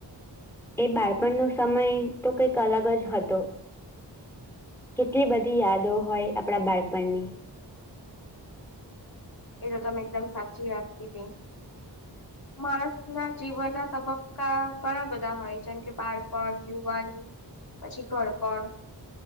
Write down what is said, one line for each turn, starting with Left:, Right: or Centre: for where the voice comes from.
Centre: એ બાળપણનો સમય તો કંઈક અલગ જ હતો કેટલી બધી યાદો હોય આપણા બાળપણની
Left: એ તો તમે એકદમ સાચી વાત કીધી માણસ ના જીવનના તબક્કા ઘણા બધા હોય જેમ કે બાળપણ યુવાની પછી ઘરપણ